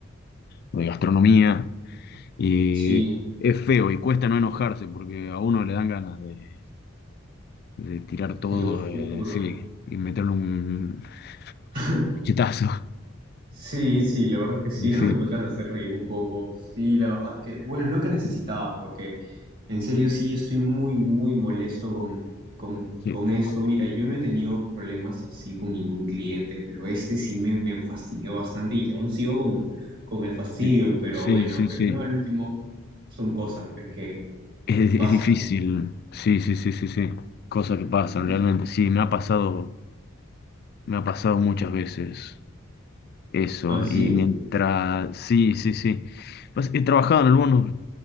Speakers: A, on the left; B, on the right.
A: o de gastronomía. Y
B: Sí,
A: es feo y cuesta no enojarse porque a uno le dan ganas de, de tirar todo,
B: te lo juro.
A: de- sí, y meterle un
B: <laughs>
A: cachetazo.
B: Sí, sí, la verdad es que sí,
A: <laughs>
B: <laughs> hoy me acabas de hacer reír un poco. Sí, la verdad es que, bueno, es lo que necesitaba, porque en serio sí estoy muy, muy molesto con, con,
A: Y
B: con
A: Sí, sí, sí,
B: esto.
A: sí,
B: Mira, yo no he tenido problemas así con ningún cliente, pero este sí me, me fastidió bastante y aún sigo con, con el fastidio,
A: sí,
B: pero
A: sí,
B: bueno,
A: sí,
B: pues
A: sí.
B: no, al último son cosas pues que,
A: Es,
B: que pasan,
A: es difícil,
B: ¿no?
A: sí, sí, sí, sí, sí. Cosas que pasan
B: Mm.
A: realmente. Sí, me ha pasado, me ha pasado muchas veces eso.
B: ¿Ah, sí?
A: Y mientras, sí, sí, sí. Pues, He trabajado en algunos